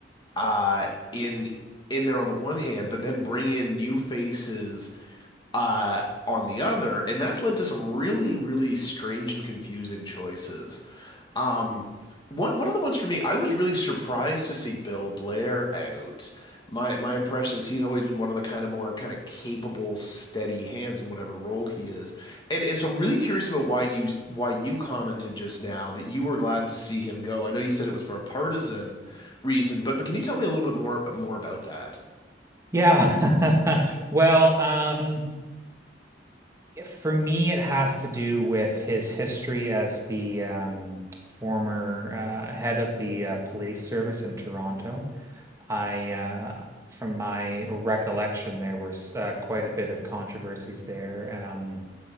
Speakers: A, on the left; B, on the right.
A: uh in in there on the one hand, but then bring in new faces uh, on the other, and that's led to some really, really strange and confusing choices. Um, one one of the ones for me, I was really surprised to see Bill Blair out. My my impression is he's always been one of the kind of more kind of capable, steady hands in whatever role he is. And and so I'm really curious about why you why you commented just now that you were glad to see him go. I know you said it was for a partisan reason, but but can you tell me a little bit more more about that?
B: Yeah. <laughs> Well, um, yeah, for me, it has to do with his history as the um, former uh, head of the uh, police service in Toronto. I, uh, from my recollection, there was uh, quite a bit of controversies there. Um,